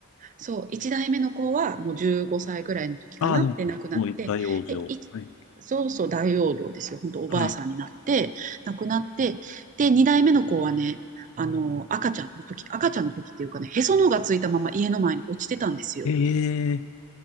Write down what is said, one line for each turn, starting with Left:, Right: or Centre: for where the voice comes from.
Right: そう、1代目の子はもう15歳ぐらいの時かなで亡くなって、
Left: ああ、でも、すごい大往生。
Right: で、い
Left: はい。
Right: そうそう大容量ですよ。本当おばあさんになって、
Left: はい。
Right: 亡くなって、で、2代目の子はね、あの、赤ちゃんの時、赤ちゃんの時っていうかね、へその緒がついたまま家の前に落ちてたんですよ。
Left: ええ